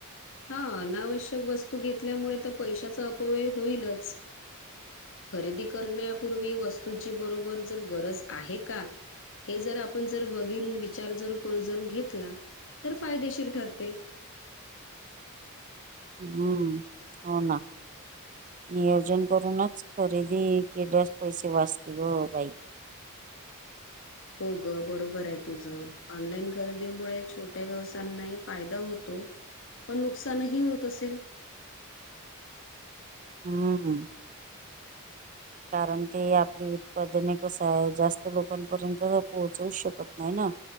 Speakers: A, on the left (about 60°); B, on the right (about 35°).
A: हा अनावश्यक वस्तू घेतल्यामुळे तर पैशाचा अपव्यय होईलच. खरेदी करण्यापूर्वी वस्तूची बरोबर जर गरज आहे का? हे जर आपण जर बघीन विचार जर करून घेतला तर फायदेशीर ठरते.
B: हम्म होना. नियोजन करूनच खरेदी केल्यास पैसे वाचतील ग बाई.
A: हो ग बरोबर आहे तुझं ऑनलाईन खरेदीमुळे छोट्या व्यवसायांनाही फायदा होतो. पण नुकसानही होत असेल.
B: हम कारण ते आपली उत्पादने कस आहे जास्त लोकांपर्यंत पोहोचवू शकत नाही ना